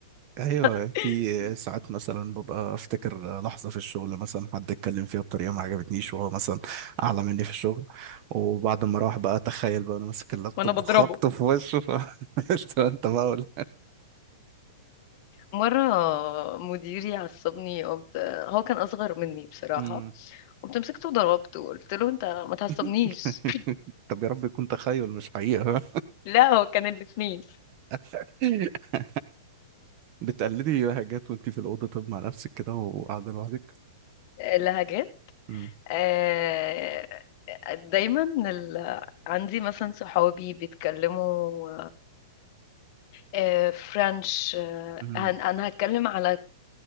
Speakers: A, on the right; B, on the left.
A: ايوه
B: <laughs>
A: في ساعات مثلا ببقى افتكر لحظه في الشغل مثلا حد اتكلم فيها بطريقه ما عجبتنيش وهو مثلا اعلى مني في الشغل وبعد ما اروح بقى اتخيل بقى انا ماسك اللابتوب
B: وانا بضربه
A: وخبطه في وشه ف... <laughs> انت بقى ولا
B: مرة مديري عصبني قمت هو كان أصغر مني بصراحة
A: مم.
B: قمت مسكته وضربته قلت له أنت ما تعصبنيش
A: <laughs> طب يا رب يكون تخيل مش حقيقه
B: <laughs> لا هو كان الاتنين
A: <laughs> بتقلدي حاجات وانت في الاوضه طب مع نفسك كده وقاعده لوحدك
B: اللهجات
A: مم.
B: آه، دايما ال... عندي مثلا صحابي بيتكلموا آه، فرنش آه،
A: مم.
B: هن... أنا هتكلم على